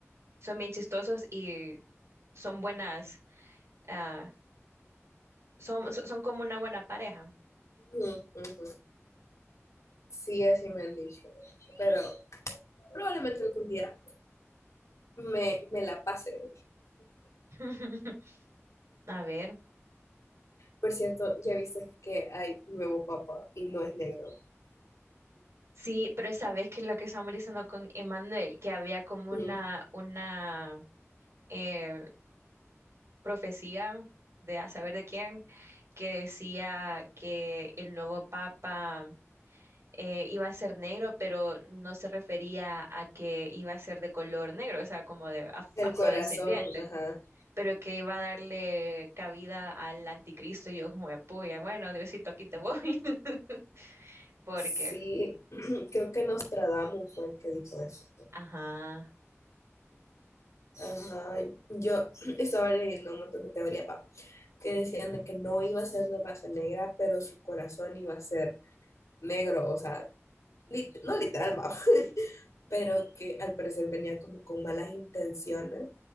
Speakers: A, on the right; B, on the left.
A: son bien chistosos y son buenas, ah, son, so- son como una buena pareja.
B: Ujú, ujú. Sí, así me han dicho, pero probablemente algún día me, me la pase.
A: <laughs> A ver,
B: Por cierto, ya viste que hay nuevo papa y no es negro.
A: sí, pero sabes que lo que estamos diciendo con Emanuel, que había como
B: Ujú.
A: una, una eh, profecía de a saber de quién, que decía que el nuevo papa eh, iba a ser negro, pero no se refería a que iba a ser de color negro, o sea, como de af-
B: El
A: afrodescendiente.
B: corazón, ajá.
A: pero que va a darle cabida al anticristo y yo, puya, bueno, Diosito, aquí te voy. <laughs> Porque,
B: Sí, <clears throat> creo que Nostradamus fue el que dijo eso.
A: ajá,
B: Ajá, yo <clears throat> estaba leyendo un montón de teoría, pa, que
A: ujú,
B: decían de que no iba a ser de raza negra, pero su corazón iba a ser negro, o sea, lit- no literal, va, <laughs> pero que al parecer venía como con malas intenciones